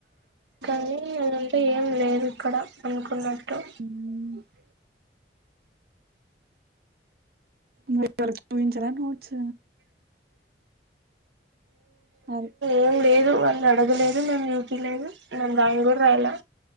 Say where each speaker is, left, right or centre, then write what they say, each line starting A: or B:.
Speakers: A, on the right; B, on the right.
A: కానీ అంటే ఏం లేదు ఇక్కడ అనుకున్నట్టు
B: మరి వొ ఏమున్నా చూయించారా నోట్స్ అది
A: ఏం లేదు వాళ్ళు అడగలేదు మేము చూపిలేదు మేము రాయని కూడా రాయలా